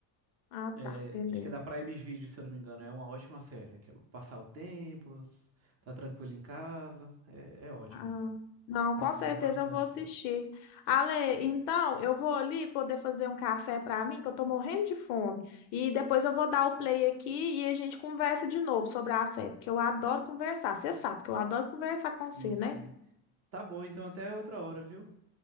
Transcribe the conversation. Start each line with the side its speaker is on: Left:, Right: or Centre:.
Left: Ah,
Right: É,
Left: tá, beleza.
Right: acho que é da Prime Video, se eu não me engano. É uma ótima série. Aquela passar o tempo, s- tá tranquilo em casa. É, é ótima.
Left: Ah, não, com
Right: Recomendo
Left: certeza
Right: bastante
Left: eu vou assistir.
Right: ela.
Left: Ale, então eu vou ali poder fazer um café para mim, que eu tô morrendo de fome. E depois eu vou dar o play aqui e a gente conversa de novo sobre a série, porque eu adoro conversar. Você sabe que eu adoro conversar com você,
Right: Sim,
Left: né?
Right: sim. Tá bom, então até outra hora, viu?